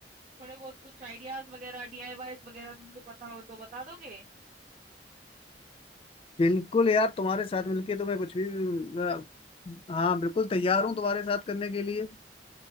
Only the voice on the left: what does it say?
बिल्कुल यार तुम्हारे साथ मिलके तो मैं कुछ भी अ, हाँ बिल्कुल तैयार हूँ तुम्हारे साथ करने के लिए